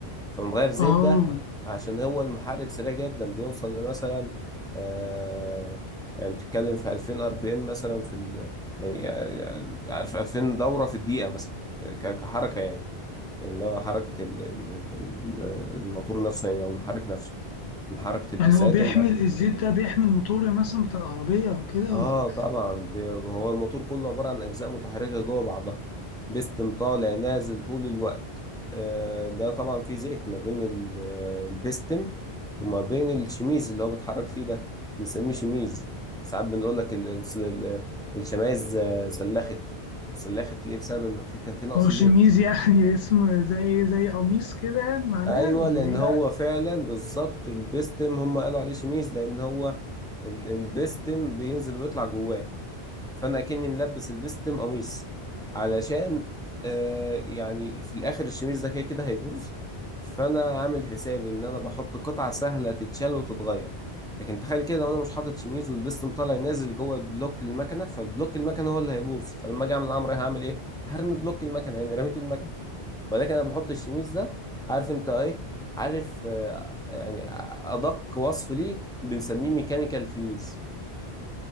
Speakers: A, in the centre; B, on the left (about 75°).
A: فبنغير زيت
B: اه
A: ده عشان هو المحرك سريع جدا بيوصل لمثلا آه يعني بتتكلم في 2000 ار بي ام مثلا في ال يعني آه، عارف 2000 دورة في الدقيقة مثلا ك- كحركة يعني اللي هو حركة ال- ال- ال- ال- الموتور نفسه يعني أو المحرك نفسه من حركة البساتم
B: يعني هو بيحمل
A: وبعد كده
B: الزيت ده بيحمل موتور مثلا بتاع العربية أو كده
A: اه
B: ولا
A: طبعا بي- هو الموتور كله عبارة عن أجزاء متحركة جوه بعضها بيستم طالع نازل طول الوقت آه، ده طبعا فيه زيت ما بين ال- آه، البستم وما بين الشميز اللي هو بيتحرك فيه ده بنسميه شميز ساعات بنقول لك ال- ال- ال- الشمايز آه، سلخت سلخت ليه بسبب ان في كان في نقص
B: هو شميز
A: زيت
B: يعني <laughs> اسم زي زي قميص كده يعني معناه
A: ايوه
B: ولا
A: لان
B: إيه؟
A: هو فعلا بالظبط البستم هم قالوا عليه شميز لان هو ال- البستم بينزل ويطلع جواه فانا اكني ملبس البستم قميص علشان آه يعني في الاخر الشميز ده كده كده هيبوظ فانا عامل حسابي ان انا بحط قطعه سهله تتشال وتتغير لكن تخيل كده وانا مش حاطط شميز والبستم طالع نازل جوه بلوك المكنه فالبلوك المكنه هو اللي هيبوظ فلما اجي اعمل الامر هعمل ايه هرمي بلوك المكنه يعني رميت المكنه ولكن انا بحط الشميز ده عارف انت ايه عارف آه، يعني ادق وصف ليه بنسميه ميكانيكال فيوز